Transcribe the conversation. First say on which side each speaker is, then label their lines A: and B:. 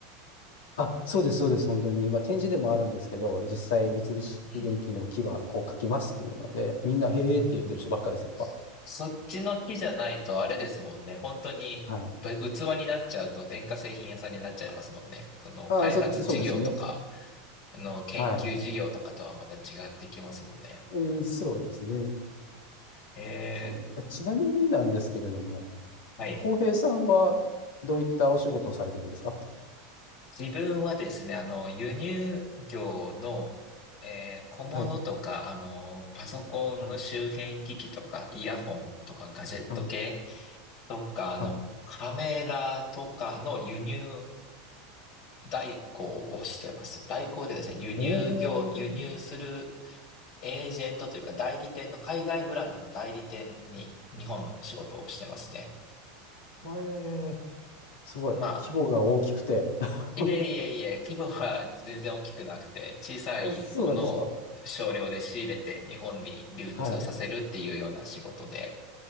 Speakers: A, on the left (about 80°); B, on the left (about 55°).
A: あ、そうです、そうです、本当に。今、展示でもあるんですけど、実際、三菱電機の木はこう書きますっていうので、
B: うん。
A: みんな、へーって言ってる人ばっかです、
B: うんうん
A: やっぱ。
B: そっちの木じゃないとあれですもんね。本当にぶ器になっちゃうと電化製品屋さんになっちゃいますもんね。
A: はい。
B: その開発事業とか、
A: ああ、そ、そうですね。
B: あの研究事業とかとはまた違ってきますもんね。
A: はい。えーそうですね。
B: え
A: そうなんです。えちなみになんですけれども、
B: ー、はい。
A: 浩平さんはどういったお仕事をされてるんですか
B: 自分はですね、あの、輸入業の、えー小物とか、
A: はい。
B: あの、パソコンの周辺機器とか、
A: はい。
B: イヤホンとか、ガジェット系
A: はい。
B: とか、あの、
A: はい。
B: カメラとかの輸入代行をしてます。代行でですね、輸入業、
A: お
B: 輸入する
A: ー。
B: エージェントというか代理店の海外ブランドの代理店に日本の仕事をしてますね。
A: えー、すごい。
B: まあ、
A: 規模が大きくて。<laughs>
B: いえいえいえ、規模は全然大きくなくて、小さいものを少量で仕入れて日本に流通させるっていうような仕事で、
A: そうなんですかはい。